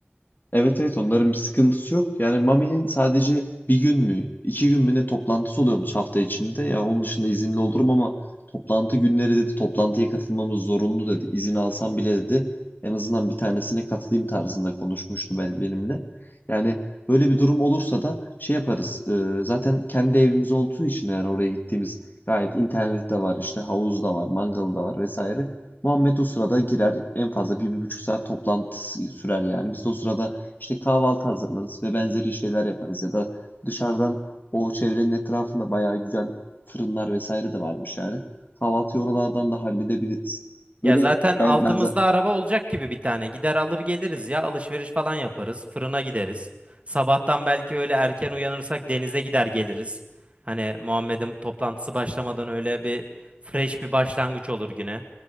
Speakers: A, on the left; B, on the right.
A: Evet evet onların bir sıkıntısı yok. Yani Mami'nin sadece bir gün mü, iki gün mü ne toplantısı oluyormuş hafta içinde. Ya onun dışında izinli olurum ama toplantı günleri dedi, toplantıya katılmamız zorunlu dedi. İzin alsam bile dedi, en azından bir tanesine katılayım tarzında konuşmuştu ben, benimle. Yani böyle bir durum olursa da şey yaparız. e, zaten kendi evimiz olduğu için yani oraya gittiğimiz gayet internet de var, işte havuz da var, mangalı da var vesaire. Muhammed o sırada girer en fazla bir, bir buçuk saat toplantı sürer yani. Biz de o sırada işte kahvaltı hazırlarız ve benzeri şeyler yaparız ya da dışarıdan o çevrenin etrafında bayağı güzel fırınlar vesaire de varmış yani. Kahvaltıyı oralardan da halledebiliriz.
B: Ya
A: Böyle
B: zaten altımızda
A: ben ben
B: araba olacak gibi bir tane. Gider alır geliriz ya. Alışveriş falan yaparız. Fırına gideriz. Sabahtan belki öyle erken uyanırsak denize gider geliriz. Hani Muhammed'in toplantısı başlamadan öyle bir fresh bir başlangıç olur güne.